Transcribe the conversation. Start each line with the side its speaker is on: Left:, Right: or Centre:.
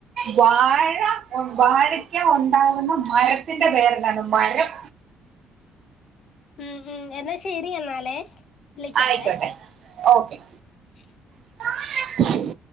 Right: വാഴ വാഴക്ക ഉണ്ടാവുന്ന മരത്തിന്റെ പേരെന്താന്ന് മരം
Left: ഉം ഉം എന്നാ ശരി എന്നാലേ വിളിക്കാവേ
Right: ആയിക്കോട്ടെ ഓക്കെ
Left: <unintelligible>
Right: <inaudible>